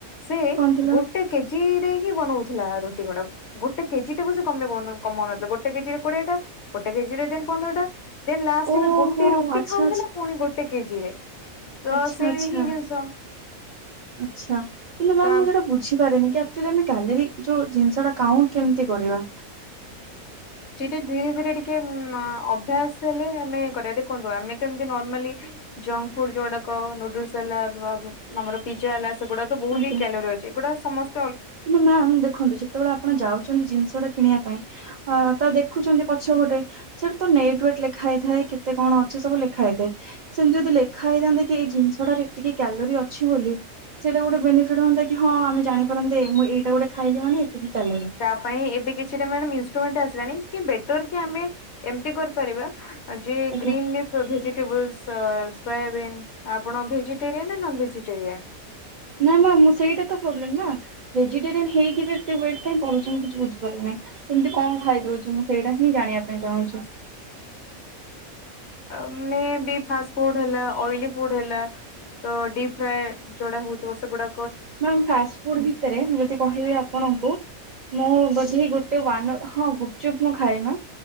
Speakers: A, on the left; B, on the right.
A: ସେ
B: କଣ ଥିଲା
A: ଗୋ ଗୋଟେ କେଜି ରେ ହିଁ ବନଉଥିଲା ରୁଟି ଗୁଡାକୁ। ଗୋଟେ କେଜି ଟାକୁ ସେ କମେଇ ପାରୁ ନ କମାଉ ନଥିଲା ଗୋଟେ କେଜି ରେ କୋଡିଏ ଟା ଗୋଟେ କେଜିରେ ଦେନ ଦେ ପନ୍ଦରଟା। ଦେନ୍ ଲାଷ୍ଟ
B: ଓହୋ
A: ଗୋଟେ ରୁଟି
B: ଆଚ୍ଛା
A: ଖାଉଥିଲା ପୁଣି ଗୋଟେ କେଜିରେ। ତ
B: ଆଛା
A: ସେଇ
B: ଆଛା
A: ହିଁ ଜିନିଷ
B: ଆଛା ହେଲେ ମ୍ୟାମ୍
A: ତ
B: ମୁଁ ସେଟା ବୁଝି ପାରିନି କି ଆକ୍ ତୁ ଯେମିତି କ୍ୟାଲେର ଯୋଉ ଜିନିଷ ଟା କାଉଣ୍ଟ କେମିତି କରିବ।
A: ସେଇଟା ଧୀରେ ଧୀରେ ଟିକେ ଉଁ ଆଁ ଅଭ୍ୟାସ ହେଲେ ଆମେ କରିବା ଦେଖନ୍ତୁ ଆମେ ତ ଏମତି ନର୍ମାଲି। ଜଙ୍କ ଫୁଡ ଯୋଉ ଗୁଡାକ ନୁଡୁଲସ୍ ହେଲା ଆମର ପିଜା ହେଲା। ସେଗୁଡା ତ ବହୁତ
B: ଆଜ୍ଞା
A: ହି କ୍ୟାଲୋରି ଅଛି ଏଗୁଡା ସମସ୍
B: କିନ୍ତୁ ମ୍ୟାାମ ଦେଖନ୍ତୁ ଯେତେ ବେଳେ ଆପଣ ଯାଉଛନ୍ତି ଜିନିଷ ଟା କିଣିବା ପାଇଁ। ଅ ତ ଦେଖୁଛନ୍ତି ପଛ ପଟେ। ସେଠି ତ ନେଟ ୱେଟ ଲେଖା ହେଇଥାଏ କେତ କଣ ଅଛି ସବୁ ଲେଖା ହେଇଥାଏ। ସେମିତି ଯଦି ଲେଖା ହେଇଥାନ୍ତା କି ଏଇ ଜିନିଷଟାର ଏତିକି କ୍ୟଲୋରୀ ଅଛି ବୋଲି। ସେଇଟା ଗୋଟେ ବେନିଫିଟ୍ ହଅନ୍ତା କି ହଁ ଆମେ ଜାପାରନ୍ତେ ମୁଁ ଏଇଟା ଗୋଟେ ଖାଇଲି ମାନେ ଏତିକି କ୍ୟାଲୋରି।
A: ତା ପାଇଁ ଏବେ କିଛି ଟା ଇନଷ୍ଟୃମେଣ୍ଟ ଆସିଲାଣି କି ବେଟର କି ଆମେ ଏମତି କରିପାରିବା। ଯେ
B: ଆଜ୍ଞା
A: ଗ୍ରୀନ ଲିପ୍ ର ଭେଜିଟେବୁଲ୍ସ ସୋୟାବିନ ଆପଣ ଭେଜିଟେରିଆନ୍ ନା ନନ ଭେଜିଟେରିଆନ୍।
B: ନା ନା ମୁଁ ସେଇଟା ତ ପ୍ରୋବ୍ଲେମ ନା ଭେଜିଟେରିୟନ ହେଇକି ବି ଏତେ ୱଟ କାଇଁ ବଢୁଛି ମୁଁ କିଛି ବୁଝିପାରୁନି। ଏମିତି କଣ ଖାଇଦଉଛି ମୁଁ ସେଇଟା ହିଁ ଜାଣିବା ପାଇଁ ଚାହୁଁଛି।
A: ଆମେ ବି ଫାଷ୍ଟ ଫଡ ହେଲା ଅଏଲି ଫୁଡ ହେଲା। ତ ଡିପ୍ ଫ୍ରାଏ ଯୋଉଡା ହଉଥିବ ସେଗୁଡା।
B: ମାମ୍ ଫାଷ୍ଟ ଫୁଡ ଭିତରେ ମୁ ଯଦି କହିବି ଆପଣଙ୍କୁ। ମୁଁ ବୋଧି ଗୋଟେ ୱନ ଅ ହଁ ଗୁପଚୁପ ମୁଁ ଖାଏ ମୁଁ।